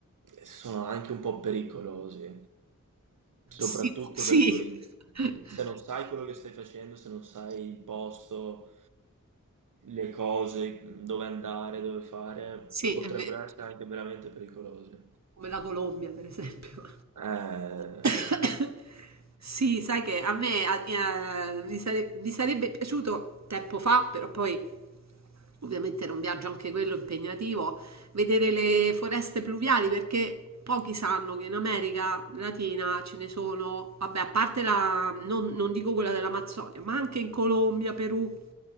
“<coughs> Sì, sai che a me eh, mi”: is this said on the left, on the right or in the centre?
Right